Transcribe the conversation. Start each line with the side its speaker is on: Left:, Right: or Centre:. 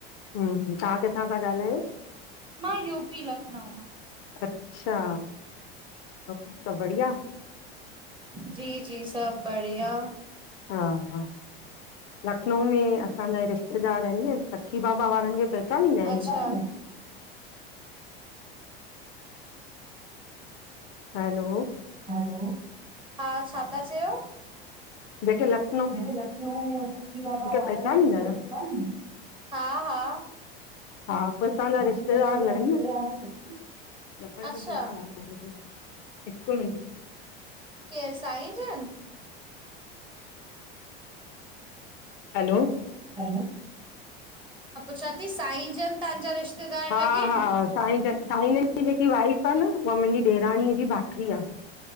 Left: तव्हां किथां था ॻाल्हायो?
Right: मां यूपी लखनऊ मां
Left: अच्छा, सभु बढ़िया?
Right: जी-जी सब बढ़िया
Left: हा-हा लखनऊ में असांजा रिश्तेदार आहिन न, सखी बाबा वारनि खे पहचानींदा आहियो?
Right: अच्छा
Left: हैलो
Right: हैलो, हा छा था चयो?
Left: बेटे लक् <inaudible>
Right: हेॾे लखनऊ में सखी बाबा वारा
Left: पहचानींदा
Right: आहिन
Left: आहियो?
Right: ना, हा - हा
Left: हा पो असांजा
Right: हा,
Left: रिश्तेदार लगन
Right: रिश्तेदार
Left: ना
Right: आहिनि
Left: डबल-डबल
Right: अच्छा
Left: ती आवाज़ अचे, हिकु मिन्ट
Right: केर साईं जन?
Left: हैलो
Right: हैलो, मां पुछा थी साईंजन तांजा रिश्तेदार
Left: हा-हा
Right: लॻे आहिनि?
Left: साईं जन साईंन जी जेकी वाइफ आ न, उहा मुंहिंजी ॾेराणीअ जी भाट्री आ।